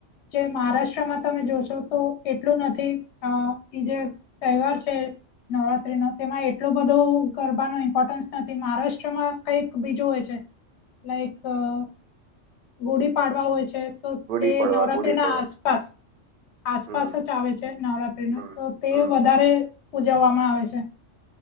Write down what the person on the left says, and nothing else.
જે મહારાષ્ટ્રમાં તમે જોશો તો એટલું નથી અહ ઈ જે તહેવાર છે નવરાત્રીનો તેમાં એટલો બધો ગરબાનો ઇ મ્પોર્ટન્સ નથી મહારાષ્ટ્રમાં કઈક બીજું હોય છે લાઈક અહ ગુડી પાડવા હોય છે તો
તે
નવરાત્રીના
આસપાસ આસપાસ
જ આવે છે નવરાત્રીના
તો તે
વધારે ઉજવવામાં આવે છે.